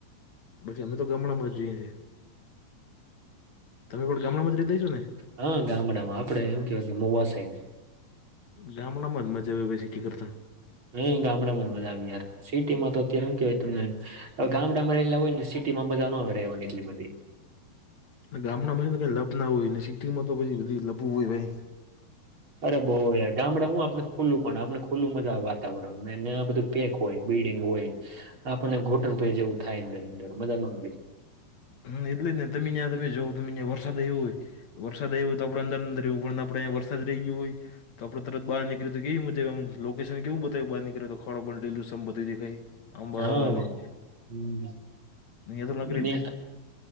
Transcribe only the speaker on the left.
લી અમે તો ગામડામાં જઈએ છીએ તમે કો ગામડા મજરી દઈશો ને
ગામડામાં જ મજા આવે ભાઈ સિટી કરતા
ગામડામાં મીને કઈ લપ ના હોય ને સિટીમાં તો પછી બધી લપવું હોય ભાઈ
હમ એટલે જ ને તમે ત્યાં તમે જો તમે ત્યાં વરસાદ એવ્યો હોય વરસાદ આવ્યો હોય તો આપણે અંદર અંદર એવું પણ આપડેં વરસાદ રહી ગયયો હોય તો આપણે તરત બહાર નીકી તો કેય મુજબમ લોકેશન કેવું બતાયું બાર નીકળે તો ખો બ લું બધું દેખાઈ અબ
અનેે
એ તો નોકરી